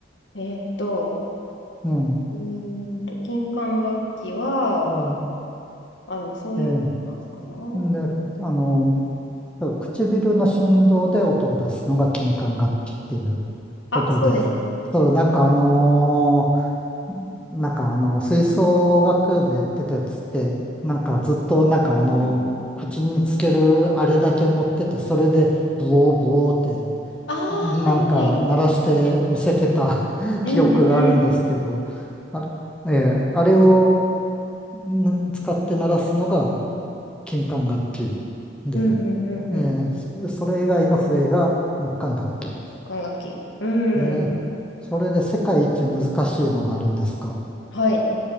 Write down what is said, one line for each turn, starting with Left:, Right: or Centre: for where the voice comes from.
Left: えーっと、
Centre: うん。
Left: うーんと、金管楽器は、
Centre: ま
Left: あ、でもそういうことなのかな。
Centre: あ、ええ。で、あの、唇の振動で音を出すのが金管楽器っていうことで、
Left: あ、そうです。
Centre: そう、なんかあのーなんかあの、吹奏楽部やってたやつって、なんかずっとなんかあの、
Left: うん、
Centre: 口につけるあれだけ持ってて、それでブオーブオーって
Left: ああ、はいはい。
Centre: なんか鳴らして見せてた <laughs>
Left: うんうん。
Centre: 記憶があるんですけど、あ、ええあれをん使って鳴らすのが金管楽器で、
Left: うんうんうんうん。
Centre: ええそそれ以外の笛が木管楽器。
Left: 木管楽器。うん。
Centre: ええそれで世界一難しいのがあるんですか。
Left: はい。